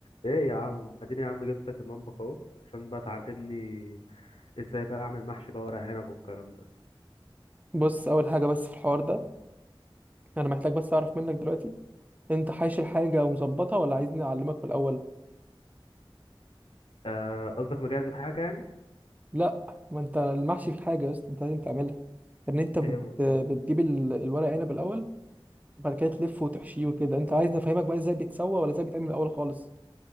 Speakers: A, on the left (about 75°); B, on the right (about 15°).
A: ايه يا عم اديني يا عم جبتك المطبخ اهو عشان بقى تعلمني ازاي بقى اعمل محشي بقى ورق عنب والكلام ده
B: بص اول حاجه بس في الحوار ده انا محتاج بس اعرف منك دلوقتي انت حايش الحاجه ومظبطها ولا عايزني اعلمك من الاول
A: آه، قصدك مجهز الحاجه يعني
B: لا ما انت المحشي في حاجه يا اسطى انت لازم تعملها ان انت بت...
A: ايه هو
B: بتجيب
A: ده
B: ال- الورق عنب الاول وبعد كده تلفه وتحشيه وكده انت عايزني افهمك بقى ازاي بيتسوى ولا ازاي بيتعمل الاول خالص